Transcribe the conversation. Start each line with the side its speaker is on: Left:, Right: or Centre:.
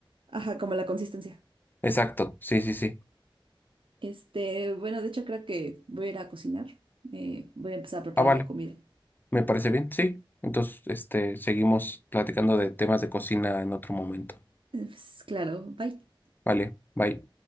Right: ajá, como la consistencia.
Left: Exacto, sí, sí, sí.
Right: Este, bueno, de hecho creo que voy a ir a cocinar. Eh, voy a empezar a preparar
Left: Ah, vale,
Right: la comida.
Left: me parece bien, sí. Entonces, este, seguimos platicando de temas de cocina en otro momento.
Right: Eh, Pues, claro, bye.
Left: Vale, bye.